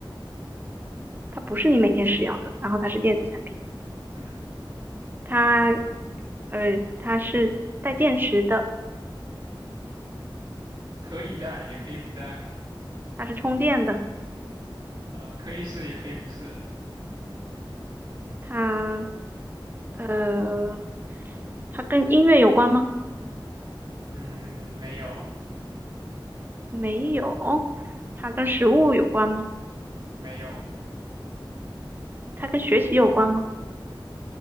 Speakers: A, on the right (about 25°); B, on the right (about 60°).
A: 它不是你每天使用的，然后它是电子产品，
B: 嗯，
A: 它呃它是带电池的，
B: 可以带也可以不带。
A: 它是充电的，
B: 呃，可以是也可以不是。
A: 它呃它跟音乐有关吗？
B: 嗯，没有
A: 没有，它跟食物有关吗？
B: 没有，
A: 它跟学习有关吗？